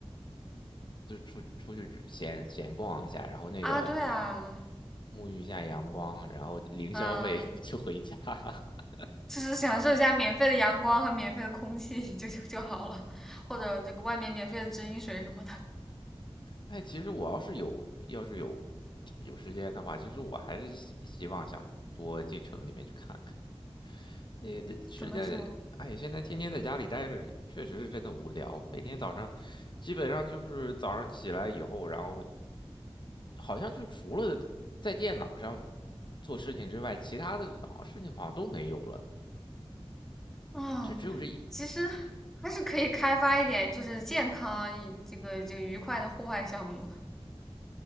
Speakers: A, on the left (about 50°); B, in the centre.
A: 就出去出去只闲闲逛一下，然后那个
B: 啊。对啊，
A: 沐浴一下阳光，然后零消费
B: 嗯，
A: <laughs> 就回家。<laughs>
B: 就是享受一下免费的阳光和免费的空气 <laughs> 就就就好了，或者这个外面免费的直饮水什么的。
A: 哎，其实我要是有要是有有时间的话，其实我还是希希望想多进城里面去看看。那那实在，
B: 怎么说？
A: 哎，现在天天在家里待着，确实是真的无聊。每天早上基本上就是早上起来以后，然后好像就除了在电脑上做事情之外，其他的好像事情好像都没有了。
B: 啊，
A: 就只有这一
B: 其实还是可以开发一点，就是健康这个这个愉快的户外项目的。